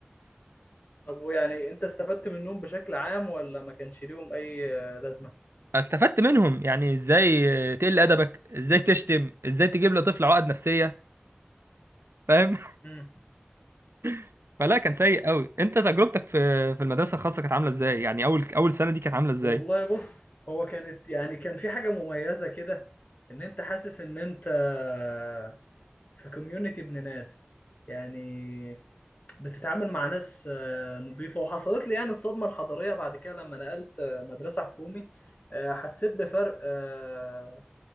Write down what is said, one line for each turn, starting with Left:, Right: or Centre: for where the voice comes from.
Left: طب ويعني انت استفدت منهم بشكل عام ولا ما كانش ليهم اي آه، لازمة
Right: <laughs> استفدت منهم يعني ازاي آه، تقل أدبك ازاي تشتم ازاي تجيب لطفل عقد نفسية فاهم
Left: امم
Right: <laughs> فلا كان سيء قوي انت تجربتك في في المدرسة الخاصة كانت عاملة ازاي يعني اول اول سنة دي كانت عاملة ازاي
Left: والله بص هو كانت يعني كان في حاجة مميزة كده ان انت حاسس ان انت آه، في كوميونتي ابن ناس يعني بتتعامل مع ناس آه، نظيفة وحصلت لي يعني الصدمة الحضارية بعد كده لما نقلت آه، مدرسة حكومي آه، حسيت بفرق آه،